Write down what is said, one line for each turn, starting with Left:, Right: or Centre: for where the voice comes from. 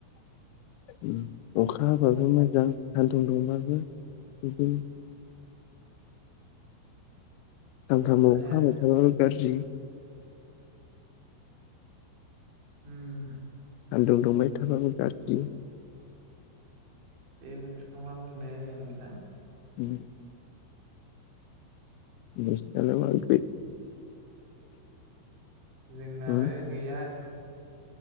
Left: ओम अखा हाबाबो मोजां सान्दुं दुंबाबो बिदिनो
Right: हमस'नो
Left: सानफ्रामबो अखा
Right: हाया
Left: हाबाय थाबाबो गाज्रि
Right: उम
Left: सान्दुं दुंबाय थाबाबो गाज्रि
Right: बे बोथोरखौ मा बुंनो नोंथां
Left: उम नोंस्रालाय मा ओंख्रि
Right: जोंनाबो
Left: उम
Right: गैया